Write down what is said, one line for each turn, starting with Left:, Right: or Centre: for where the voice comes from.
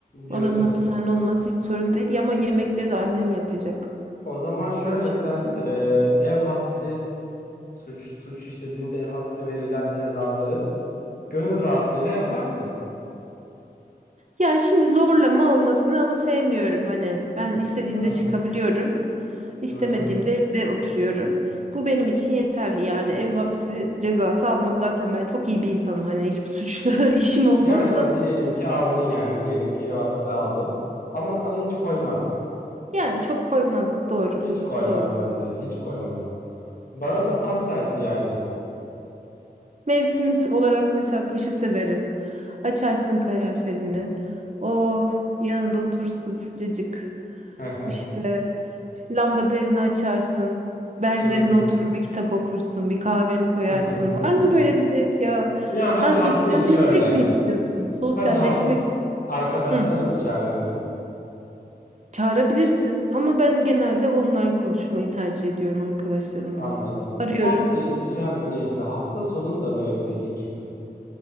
Left: Diyorsun.
Right: Oranın hapishane olması hiç sorun değil ama yemekleri de annem yapacak.
Left: O zaman şöyle
Right: Böyle bir şartım
Left: sen
Right: var.
Left: e, ev hapsi Suç suç işlediğinde ev hapsi verilen cezaları gönül rahatlığıyla yaparsın.
Right: Ya şimdi zorlama olmasını ama sevmiyorum hani. Ben istediğimde
Left: Aha.
Right: çıkabiliyorum. istemediğimde
Left: Hı hı.
Right: evde oturuyorum. Bu benim için yeterli yani ev hapsi cezası almam zaten ben çok iyi bir insanım hani hiçbir suçla <laughs> işim olmaz
Left: Yani o
Right: da
Left: diyelim ki aldın yani diyelim ki ev hapsi aldın ama sana hiç koymaz.
Right: yani çok koymazdı doğru.
Left: Hiç koymaz
Right: Doğru.
Left: bence. Hiç koymaz. Bana da tam tersi yani.
Right: Mevsim olarak mesela kışı severim. Açarsın kaloriferini. Oh yanında oturursun sıcacık.
Left: Hı hı.
Right: İşte derini açarsın. Berjerine
Left: Hı hı.
Right: oturur bir kitap okursun. Bir kahveni koyarsın.
Left: Hı hı. Hı
Right: Var
Left: hı.
Right: mı böyle bir zevk ya?
Left: Ya hadi
Right: Ha
Left: hafta
Right: sosyalleşmek
Left: içi öyle.
Right: mi istiyorsun? Sosyalleşmek
Left: Hadi hafta
Right: mi?
Left: arkadaşlarına
Right: Hı.
Left: mı çağırıyorsun eve?
Right: Çağırabilirsin ama ben genelde online konuşmayı tercih ediyorum arkadaşlarımla.
Left: Anladım. Hafta
Right: Arıyorum.
Left: içi hadi neyse hafta sonunda mı evde geçiyor?